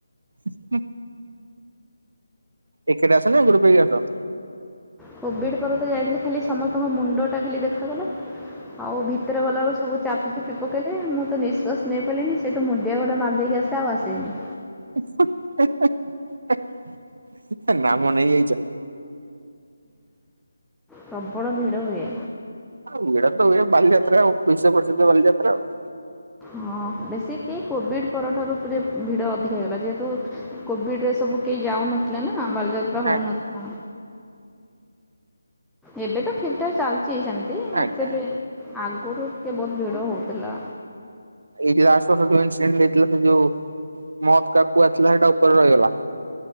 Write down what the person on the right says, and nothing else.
ଉ ହୁଁ। ଏକେଲା ଆସ ନା ଗ୍ରୁପ ହେଇକି ଆସ?
ଉଁ ହୁଁ ହେ ହେ ଏହେ ନାମ ନେଇଯାଇଚ?
ଆଉ ଭିଡ଼ ତ ହୁଏ ବାଲିଯାତ୍ରା ଆଉ ବିଶ୍ୱ ପ୍ରସିଦ୍ଧ ବାଲଯାତ୍ରା ଆଉ।
ଆଜ୍ଞା
ଆଜ୍ଞା
ଏଇ ଯୋଉ ଲାଷ୍ଟ ବର୍ଷ ଯୋଉ ଇନସିଡେଣ୍ଟ ହେଇଥିଲା ସେ ଯୋଉ ମତ କା କୂଆ ଥିଲା ସେଇଟା ଉପରେ ରହିଗଲା।